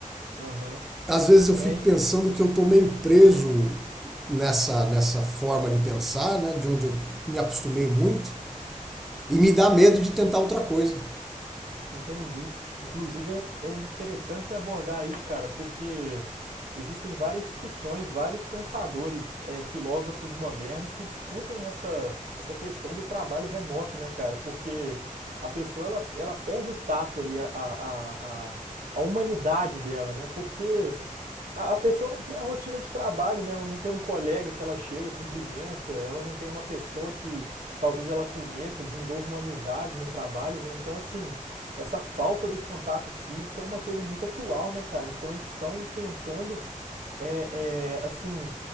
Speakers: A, on the right; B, in the centre.
A: aham.
B: Às vezes eu fico
A: É,
B: pensando que eu tô meio preso nessa, nessa forma de pensar, né? De onde eu me acostumei muito. E me dá medo de tentar outra coisa.
A: Entendi. Inclusive é, é interessante se abordar isso, cara, porque existem várias discussões, vários pensadores, é, filósofos modernos que discutem essa, essa questão do trabalho remoto, né, cara? Porque a pessoa ela, ela perde o tato ali, a, a, a, a humanidade dela, né? Porque a, a pessoa não tem a rotina de trabalho, né? Ela não tem um colega que ela chega, cumprimenta, ela não tem uma pessoa que talvez ela conheça, desenvolva uma amizade no trabalho, né? Então, assim, essa falta do contato físico é uma coisa muito atual, né, cara? Então, eles estão tentando, é, é, assim,